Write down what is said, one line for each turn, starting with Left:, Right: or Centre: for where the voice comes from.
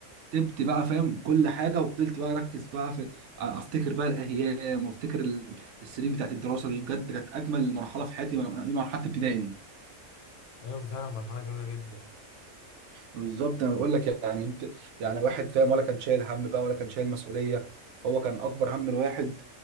Right: كتبت بقى فاهم كل حاجة وفضلت بقى اركز بقى في آه، افتكر بقى الايام وافتكر ال- السنين بتاعت الدراسة دي بجد كانت اجمل مرحلة في حياتي م- مرحلة ابتدائي دي
Left: ايوه فعلا مرحلة جميلة جدا
Right: بالظبط انا بقول لك يعني انت يعني الواحد فاهم ولا كان شايل هم بقى ولا كان شايل مسؤوليه هو كان اكبر هم الواحد